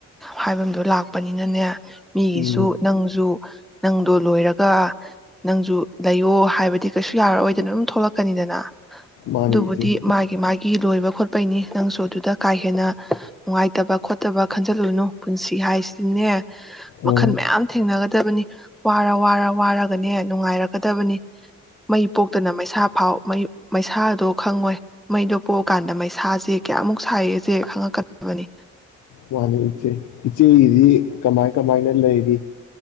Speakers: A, in the centre; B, on the left (about 70°).
A: ꯍꯥꯏꯕꯝꯗꯣ ꯂꯥꯛꯄꯅꯤꯅꯅꯦ ꯃꯤꯒꯤꯁꯨ
B: ꯎꯝ
A: ꯅꯪꯖꯨ ꯅꯪꯗꯣ ꯂꯣꯏꯔꯒ ꯅꯪꯁꯨ ꯂꯩꯌꯣ ꯍꯥꯏꯕꯗꯤ ꯀꯩꯁꯨ ꯌꯥꯔꯛꯔꯣꯏꯗꯅ ꯑꯗꯨꯝ ꯊꯣꯛꯂꯛꯀꯅꯤꯗꯅ
B: ꯃꯥꯅꯦ
A: ꯑꯗꯨꯕꯨꯗꯤ
B: ꯏꯆꯦ
A: ꯃꯥꯒꯤ ꯃꯥꯒꯤ ꯂꯣꯏꯕ ꯍꯣꯠꯄꯩꯅꯤ ꯅꯪꯁꯨ ꯑꯗꯨꯗ ꯀꯥ ꯍꯦꯟꯅ ꯅꯨꯡꯉꯥꯏꯇꯕ ꯈꯣꯠꯇꯕ ꯈꯟꯖꯤꯜꯂꯨꯅꯨ ꯄꯨꯟꯁꯤ ꯍꯥꯏꯁꯤꯗꯤꯅꯦ ꯃꯈꯟ
B: ꯑ
A: ꯃꯌꯥꯝ ꯊꯦꯡꯅꯒꯗꯕꯅꯤ ꯋꯥꯔ ꯋꯥꯔ ꯋꯥꯔꯒꯅꯦ ꯅꯨꯡꯉꯥꯏꯔꯛꯀꯗꯕꯅꯤ ꯃꯩ ꯄꯣꯛꯇꯅ ꯃꯩꯁꯥ ꯐꯥꯎ ꯃꯩꯁꯥꯗꯣ ꯈꯪꯉꯣꯏ ꯃꯩꯗꯣ ꯄꯣꯛꯑꯀꯥꯟꯗ ꯃꯩꯁꯥꯁꯦ ꯀꯌꯥꯃꯨꯛ ꯁꯥꯏꯌꯦꯁꯦ ꯈꯪꯉꯛꯀꯗꯕꯅꯤ
B: ꯃꯥꯅꯤ ꯏꯆꯦ ꯏꯆꯦꯒꯤꯗꯤ ꯀꯃꯥꯏ ꯀꯃꯥꯏꯅ ꯂꯩꯔꯤ